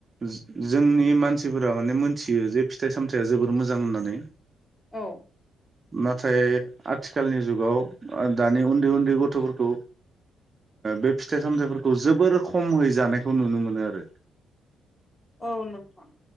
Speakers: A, on the right; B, on the left.
A: जो-जोंनि मानसिफोरा माने मोनथियो जे फिथाइ सामथाया जोबोर मोजां होननानै
B: औ
A: नाथाय आथिखालनि जुगाव दानि उन्दै उन्दै गथ'फोरखौ बे फिथाइ सामथायाइफोरखौ जोबोर खमयै जानायखौ नुनो मोनो आरो।
B: औ नोंथां